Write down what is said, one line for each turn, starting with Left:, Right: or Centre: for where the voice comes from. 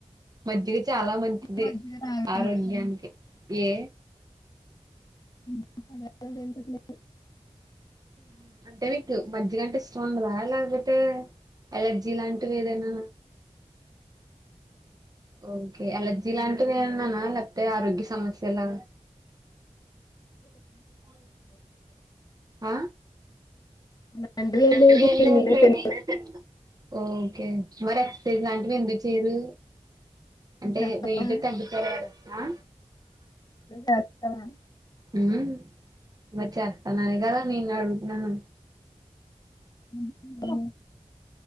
Right: మజ్జిగ చాలా మంచిది
Left: మజ్జిగ తాగను
Right: ఆరోగ్యానికి ఏ
Left: అ <unintelligible>
Right: మ్ అ అంటే మీకు మజ్జిగ అంటే స్పూన్ లా లాగితే అలర్జీ లాంటివి ఏదైనా ఓకే అలర్ ఇలాంటివి అన్నానా లేకపోతే ఆరోగ్య సమస్యలా ఆ
Left: అలాంటివి ఏం
Right: అంటే
Left: లేదు
Right: లెద్ లేవే
Left: తెలిసి
Right: నేనే పేద్ ఓకే మరి ఇలాంటివి ఎందుకు చెయ్యరు అంటే
Left: చేస్తావా
Right: వేయిటి వ్ కనిపెట్టారే ఆ
Left: మ్ టాస్తాగాని
Right: ఉమ్ వచ్చేస్తానాయిగ ని నాడు న్నాను
Left: ము ము హలో